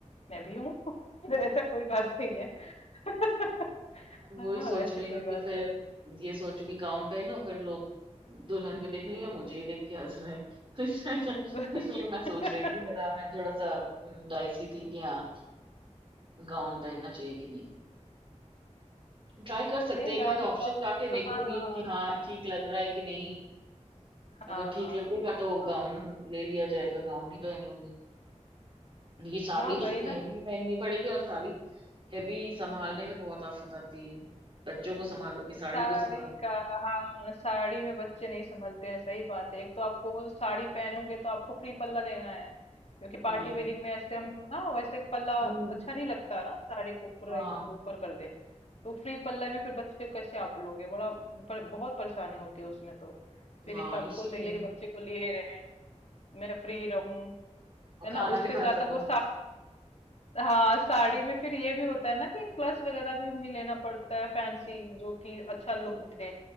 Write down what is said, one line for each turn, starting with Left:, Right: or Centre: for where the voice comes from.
Left: मैं भी हूँ <laughs> ऐसा कोई बात नहीं है <laughs>
Right: <laughs> वही
Left: हाँ
Right: सोच
Left: ऐसी
Right: रही
Left: कोई
Right: हूँ
Left: बात
Right: कि फिर
Left: है
Right: ये सोचू कि गाउन पहनो फिर लोग दुल्हन को देखने या मुझे ही देख के हंस रहे हैं <laughs> तो इसलिए
Left: नहीं
Right: इसलिए मैं सोच
Left: <laughs>
Right: रही थी बड़ा मैं थोड़ा सा डाइसी थी कि हाँ गाउन पहनना चाहिए कि नहीं ट्राई कर सकते
Left: नहीं
Right: हैं एक
Left: गाँव
Right: आध ऑप्शन
Left: सब
Right: जाके देखूंगी
Left: हाँ हाँ
Right: कि हाँ ठीक लग रहा है कि नहीं
Left: हाँ
Right: अगर ठीक
Left: हाँ
Right: लगेगा
Left: हाँ हाँ
Right: तो
Left: अब-
Right: गाउन ले लिया जाएगा गाउन ही पहन लूंगी क्योंकि साड़ी
Left: हाँ वही
Right: तो
Left: ना
Right: हैवी पहननी पड़ेगी और साड़ी हैवी संभालने में बहुत आफत आती है बच्चों को संभालो कि साड़ी
Left: साड़ी
Right: को संभालो
Left: का हाँ साड़ी में बच्चे नहीं संभलते हैं सही बात है एक तो आपको वो साड़ी पहनोगे तो आपको फ्री पल्ला लेना है क्योंकि पार्टी
Right: हम्म
Left: वेयरिंग में ऐसे हम ना वैसे पल्ला
Right: हम्म
Left: अच्छा नहीं लगता ना साड़ी को पूरा
Right: हाँ
Left: एकदम ऊपर कर दे तो फ्री पल्ला में फिर बच्चे को कैसे आप लोगे बड़ा पर, बहुत परेशानी होती है उसमें तो फिर
Right: हाँ
Left: एक आपको
Right: इसीलिए
Left: चाहिए कि बच्चे को लिए रहें मैं फ्री रहूं
Right: और
Left: है
Right: खाना
Left: ना उसके
Right: भी खा
Left: साथ
Right: सको
Left: अब वो हाँ साड़ी में फिर ये भी होता है ना कि क्लच वगैरह भी हमें लेना पड़ता है फैंसी जो कि अच्छा लुक दे